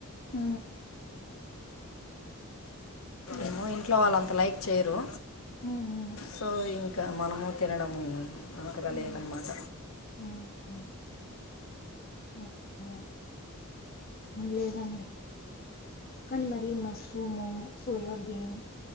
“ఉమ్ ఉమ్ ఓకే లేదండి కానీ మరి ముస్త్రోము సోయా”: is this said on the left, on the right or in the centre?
Left